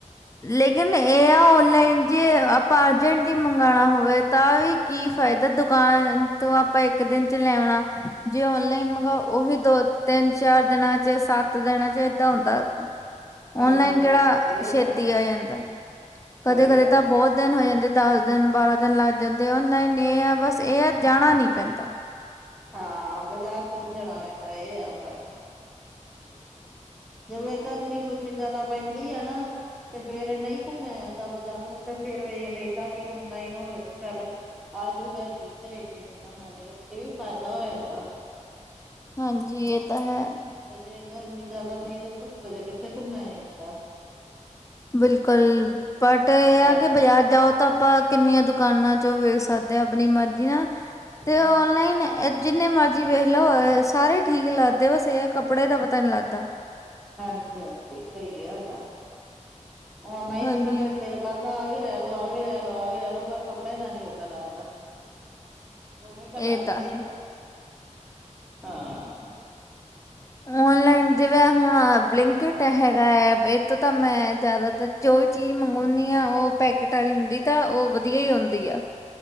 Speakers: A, on the left; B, in the centre.
A: ਲੇਕਿਨ ਏ ਆ, ਓਨਲਾਈਨ ਜੇ ਆਪਾਂ ਅਰਜੈਂਟਲੀ ਮੰਗਾਣਾ ਹੋਵੇ ਤਾਂ ਵੀ ਕੀ ਫਾਇਦਾ? ਦੁਕਾਨ ਤੋਂ ਆਪਾਂ ਇੱਕ ਦਿਨ ਚ ਲੈ ਆਉਣਾ। ਜੇ ਔਨਲਾਈਨ ਮੰਗਾਓ, ਉਹੀ ਦੋ ਤਿੰਨ-ਚਾਰ ਦਿਨਾਂ ਚ ਸੱਤ ਦਿਨਾਂ ਚ ਏਦਾਂ ਹੁੰਦਾ।
B: ਹਾਂਜੀ
A: ਓਨਲਾਈਨ ਕਿਹੜਾ
B: ਹਾਂਜੀ ਇਹ
A: ਛੇਤੀ
B: ਤਾਂ ਹੈ
A: ਤੀ ਆ ਜਾਂਦਾ। ਕਦੇ-ਕਦੇ
B: ਸਹੀ ਗੱਲ
A: ਤਾਂ ਬਹੁਤ ਦਿਨ ਹੋ ਜਾਂਦੇ। ਦਸ ਦਿਨ, ਬਾਰਾਂ ਦਿਨ ਲੱਗ ਜਾਂਦੇ ਆ। ਔਨ ਲਾਈਨ ਇਹ ਆ, ਬਸ ਇਹ ਆ ਜਾਣਾ ਨੀ ਪੈਂਦਾ।
B: ਹਾਂ। ਬਾਜ਼ਾਰ ਚ ਨਈ ਜਾਣਾ ਪੈਂਦਾ, ਇਹ ਆ ਫਰਕ। ਜਿਵੇਂ ਗਰਮੀ-ਗੁਰਮੀ ਜਿਆਦਾ ਪੈਂਦੀ ਐ ਨਾ, ਤੇ ਫੇਰ ਨਈ ਘੁੰਮਿਆ ਜਾਂਦਾ। ਬਜ਼ਾਰ ਨਾਲੋਂ ਤਾਂ ਫਿਰ ਵੇਖ ਲਈਦਾ ਕਿ ਆਨਲਾਈਨ ਹੋਜੇ ਚਲ। ਆਜੂਗਾ ਇਦਾਂ ਹੀ ਘਰੇ ਤੇ ਨਾਲੇ ਇਹ ਫਾਇਦਾ ਹੋ ਜਾਂਦਾ।
A: ਹਾਂਜੀ, ਇਹ ਤਾਂ ਹੈ।
B: ਤੇ ਜੇ ਗਰਮੀ ਜਿਆਦਾ ਪਈ ਤੇ ਧੁੱਪ ਚ ਕਿੱਥੇ ਘੁੰਮਿਆ ਜਾਂਦਾ।
A: ਬਿਲਕੁਲ ਬਟ ਏ ਆ
B: ਹਾਂ
A: ਕਿ ਬਾਜਾਰ ਜਾਓ ਤਾਂ ਆਪਾਂ ਕਿੰਨੀਆਂ ਦੁਕਾਨਾਂ ਚੋਂ ਵੇਖ ਸਕਦੇ ਆ ਆਪਣੀ ਮਰਜ਼ੀ ਨਾਲ ਤੇ
B: ਹਾਂਜੀ
A: ਓਨਲਾਈਨ ਏ ਜਿੰਨੇ ਮਰਜ਼ੀ ਵੇਖ ਲਓ ਹੋਏ ਸਾਰੇ ਠੀਕ ਲੱਗਦੇ, ਬਸ ਇਹ ਕੱਪੜੇ ਦਾ ਪਤਾ ਨਹੀਂ ਲੱਗਦਾ।
B: ਹਾਂਜੀ-ਹਾਂਜੀ। ਸਹੀ ਗੱਲ ਆ। ਓਨਲਾਈਨ
A: ਹਾਂਜੀ
B: ਚ ਤਾਂ ਫਿਰ ਦਿਲ ਕਰਦਾ ਆ ਵੀ ਲੈ ਲਓ, ਆ ਵੀ ਲੈ ਲਓ, ਆ ਵੀ ਲੈ ਲਓ, ਪਰ ਕੱਪੜੇ ਦਾ ਨਈ ਪਤਾ ਲੱਗਦਾ। ਸੋਹਣੇ ਤਾਂ
A: ਇਹ
B: ਲੱਗਦੇ
A: ਹੈ।
B: ਐ‌। ਹਾਂ।
A: ਔਨਲਾਈਨ ਜਿਵੇਂ ਹੁਣ ਬਲਿੰਕ ਇਟ ਹੈਗਾ ਏ, ਇਹ ਤੋਂ ਤਾਂ ਮੈਂ ਜ਼ਿਆਦਾ ਤਾਂ ਜੋ ਵੀ ਚੀਜ਼ ਮੰਗਾਉਨੀ ਆ, ਉਹ ਪੈਕੇਟ ਆਲੀ ਹੁੰਦੀ ਤਾਂ ਉਹ ਵਧੀਆ ਆਉਂਦੀ ਆ।